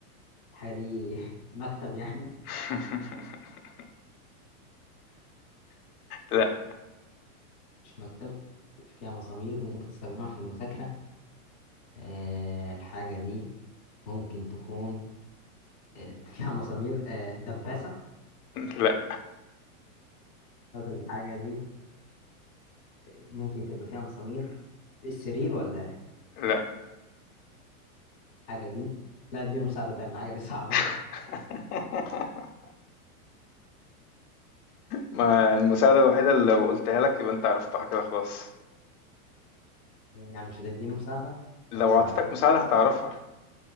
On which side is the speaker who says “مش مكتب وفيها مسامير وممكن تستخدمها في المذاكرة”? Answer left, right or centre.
Left